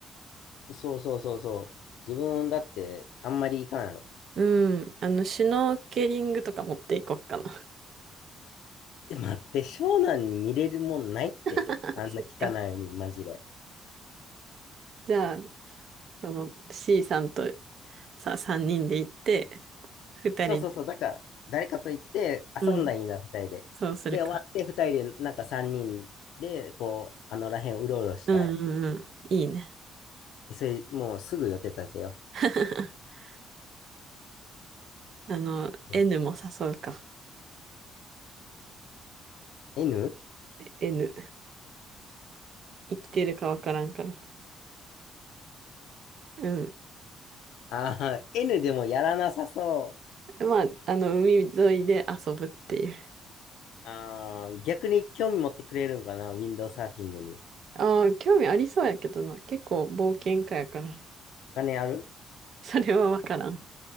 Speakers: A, on the left (about 80°); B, on the right (about 60°).
A: い。そうそうそうそう。自分だってあんまり行かんやろ。
B: うん。あの、シュノーケリングとか持っていこうかな。
A: え待って、湘南に見れるもんないって。
B: <laughs>
A: あんな汚い海、
B: そっか。
A: マジで。
B: じゃあ、その C さんとさ、3人で行って、2人で、
A: そうそうそう。だから、誰かと行って遊んだらいいな、
B: うん、
A: 二人で。
B: そうするか。
A: で、終わって二人で、なんか三人で、こう、あのらへんうろうろしたい。
B: うんうんうん。いいね。
A: えそれ、もうすぐ予定立てよ
B: <laughs> あの、
A: う。
B: N
A: うん
B: も誘うか。
A: N?N?
B: N。生きてるかわからんから。うん。
A: ああ、N でもやらなさそ
B: まあ、あの、海沿いで遊ぶっていう。
A: う。ああ、逆に興味持ってくれるんかな、ウィンドウサーフィングに。
B: ああ、興味ありそうやけどな。結構冒険家やから。
A: お金ある
B: <laughs> それはわからん。